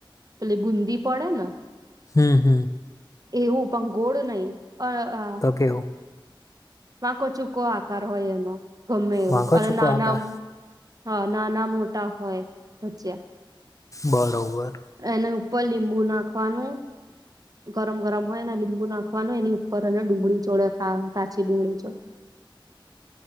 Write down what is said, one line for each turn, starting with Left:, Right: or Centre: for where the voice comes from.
Right: પેલી બુંદી પડે ને
Left: હમ હમ
Right: એવું પણ ગોળ નહી અ અ
Left: કેવો?
Right: વાંકો ચૂકો આકાર હોય એનો ગમે એવો
Left: વાંકો
Right: અને
Left: ચૂકો
Right: નાના
Left: આકાર
Right: આમ હા નાના મોટા હોય ભજિયા.
Left: બરોબર.
Right: એની ઉપર લીંબુ નાખવાનું. ગરમ ગરમ હોય ને, લીંબુ નાખવાનું, એની ઉપર અને ડુંગળી જોડે ખાવાનું કાચી ડુંગળી જોડે.